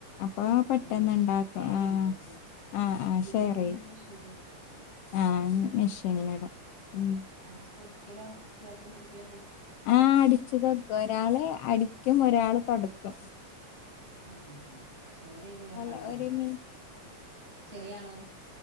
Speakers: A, on the left; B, on the right.
A: അപ്പൊ പെട്ടെന്നണ്ടാക്കും
B: അങ്ങനെ ചെയ്യും ഷെയർ
A: ആഹ്
B: ചെയ്യുമ്പോല്ലേ
A: ആഹ് ആഹ്
B: തിരുമ്പാന്
A: ഷെയർ ചെയ്യും
B: <unintelligible>
A: ആഹ് മെഷീനിലിടും ഉം
B: അടിച്ചു തൊടക്കലോ അടിച്ചു വാരലും തൊടക്കലൊക്കെ
A: ആ അടിച്ച് തൊടുക്കും ഒരാള് അടിക്കും ഒരാള് തൊടക്കും
B: ഉം ഉം ഷെയർ ചെയ്താ വേം
A: അല്ല
B: പണി കയ്യല്ലോ
A: ഒരു മി
B: ചെറിയ ആളോ